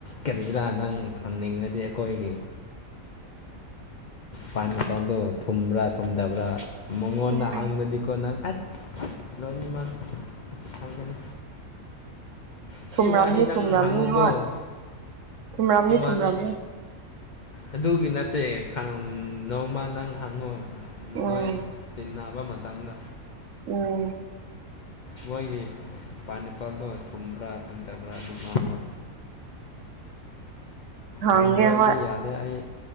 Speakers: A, on the left; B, on the right.
A: ꯀꯔꯤꯒꯤꯔꯥ ꯅꯪ ꯍꯪꯅꯤꯡꯉꯗꯤ ꯑꯩꯈꯣꯏꯒꯤ ꯄꯥꯟ ꯃꯄꯥꯜꯗꯣ ꯊꯨꯝꯕ꯭ꯔꯥ ꯊꯨꯝꯗꯕ꯭ꯔꯥ ꯃꯉꯣꯟꯗ
B: ꯎꯝ
A: ꯍꯪꯉꯗꯤꯀꯣ ꯅꯪ ꯑꯠ ꯂꯣꯏꯅꯃꯛ ꯈꯪꯒꯅꯤ ꯁꯤ
B: ꯊꯨꯝꯔꯝꯅꯤ
A: ꯋꯥꯗꯤ ꯅꯪ
B: ꯊꯨꯝꯔꯝꯅꯤ
A: ꯍꯪꯉꯨꯀꯣ
B: ꯍꯣꯏ ꯊꯨꯝꯔꯝꯅꯤ
A: ꯁꯤ ꯋꯥꯗꯤ
B: ꯊꯨꯝꯔꯝꯅꯤ
A: ꯑꯗꯨꯒꯤ ꯅꯠꯇꯦ ꯅꯣꯡꯃ ꯅꯪ ꯍꯪꯉꯨ
B: ꯎꯝ
A: ꯅꯣꯏ ꯇꯤꯟꯅꯕ ꯃꯇꯝꯗ
B: ꯎꯝ
A: ꯃꯣꯏꯒꯤ ꯄꯥꯏꯟꯅꯦꯄꯜꯗꯣ ꯊꯨꯝꯕ꯭ꯔꯥ ꯊꯨꯝꯗꯕ꯭ꯔꯥ ꯑꯗꯨꯝ ꯍꯪꯉꯣ
B: ꯍꯪꯒꯦ
A: ꯍꯪꯗ꯭ꯔꯗꯤ
B: ꯍꯣꯏ
A: ꯌꯥꯗꯦ ꯑꯩ